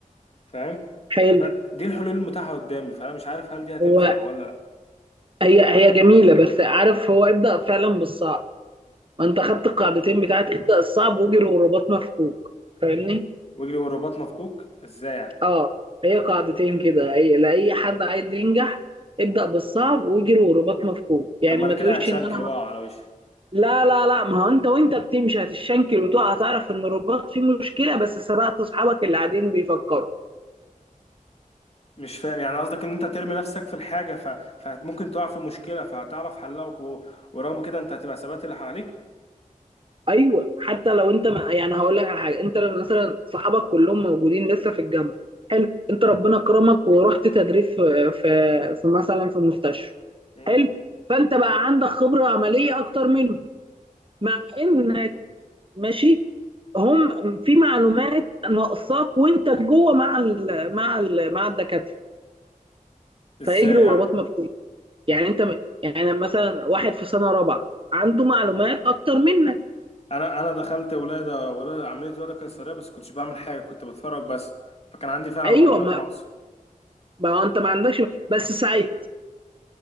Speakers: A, on the left (about 45°); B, on the right (about 40°).
A: فاهم
B: حلو
A: فدي الحلول المتاحة قدامي فانا مش عارف هل دي هتنفع
B: هو
A: ولا لا
B: هي هي جميله بس عارف هو ابدا فعلا بالصعب ما انت خدت القاعدتين بتاعت ابدا الصعب واجري والرباط مفكوك فاهمني
A: واجري والرباط مفكوك ازاي يعني
B: اه هي قاعدتين كده هي لاي حد عايز ينجح ابدا بالصعب واجري والرباط مفكوك يعني
A: طب ما
B: ما
A: انا كده
B: تقولش
A: هتشنكل
B: ان انا
A: واقع على وشي
B: لا لا لا ما هو انت وانت بتمشي هتشنكل وتقع هتعرف ان الرباط فيه مشكله بس سبقت اصحابك اللي قاعدين بيفكروا
A: مش فاهم يعني قصدك ان انت ترمي نفسك في الحاجة ف... فممكن تقع في مشكلة فهتعرف حلها وك... و- ورغم كده انت هتبقى ثبات اللي حواليك
B: ايوه حتى لو انت ما يعني هقول لك على حاجه انت لو مثلا صحابك كلهم موجودين لسه في الجامعه حلو انت ربنا كرمك ورحت تدريب في في, في مثلا في مستشفى
A: امم
B: حلو فانت بقى عندك خبره عمليه اكتر منهم مع انك ماشي هم في معلومات ناقصاك وانت جوه مع ال مع ال مع الدكاتره
A: ازاي
B: فاجري ورباط
A: يعني
B: مفكوك يعني انت م- يعني مثلا واحد في سنه رابعه عنده معلومات اكتر منك
A: انا انا دخلت ولادة ولادة عملية ولادة قيصرية بس كنتش بعمل حاجة كنت بتفرج بس فكان عندي فعلا
B: ايوه
A: معلومات
B: ما,
A: ناقصة
B: ما هو انت ما عندكش بس ساعتها